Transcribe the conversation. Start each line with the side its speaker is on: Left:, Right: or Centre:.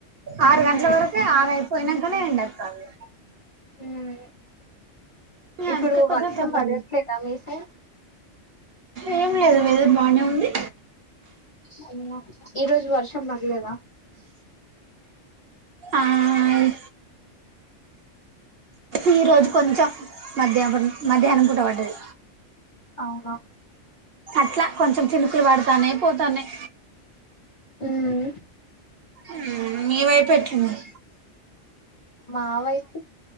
Right: ఆరు గంటల వరకె ఆరుయిపోయినంకానే వండేతాంది.
Left: మ్ ఇప్పుడు
Right: అందుకే కొంచెం
Left: వర్షం
Right: తొందర
Left: పడట్లేదా మీ సై
Right: ఏం లేదు వేదర్ బానే ఉంది.
Left: వదిన ఈరోజు వర్షం పర్లేదా?
Right: ఆయ్ ఈరోజు కొంచెం మద్యాబన్ మధ్యాహ్నం పూట పడ్డది.
Left: అవునా
Right: అట్లా కొంచెం చినుకులు పడుతన్నయి పోతాన్నయి
Left: ఉం
Right: ఉం మీ వైపు ఎట్లు ఉంది
Left: మా వైపు